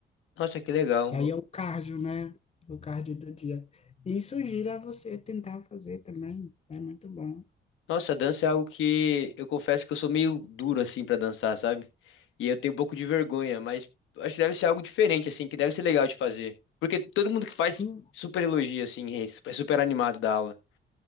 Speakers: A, on the left; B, on the left.
A: Nossa, que legal.
B: Que aí é o cardio, né? O cardio do dia. E sugiro a você tentar fazer também. É muito bom.
A: Nossa, dança é algo que eu confesso que eu sou meio duro assim pra dançar, sabe? E eu tenho um pouco de vergonha, mas acho que deve ser algo diferente assim, que deve ser legal de fazer. Porque todo mundo que faz
B: Sim,
A: super elogia assim, é su- é super animado da aula.